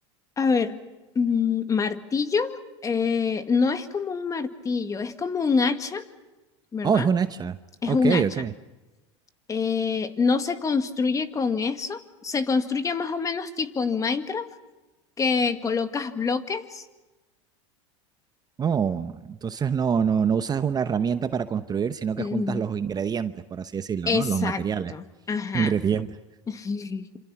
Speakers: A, on the left (about 20°); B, on the right (about 25°).
A: A ver, mm, martillo eh, no es como un martillo, es como un hacha, ¿verdad?
B: Oh, es un hacha.
A: Es
B: Ok,
A: un hacha.
B: ok.
A: Eh, no se construye con eso, se construye más o menos tipo en Minecraft, que colocas bloques.
B: Oh, entonces no, no, no usas una herramienta para construir, sino que
A: Mm,
B: juntas los ingredientes, por así decirlo,
A: exacto,
B: ¿no? Los materiales.
A: ajá.
B: Ingredientes.
A: <laughs>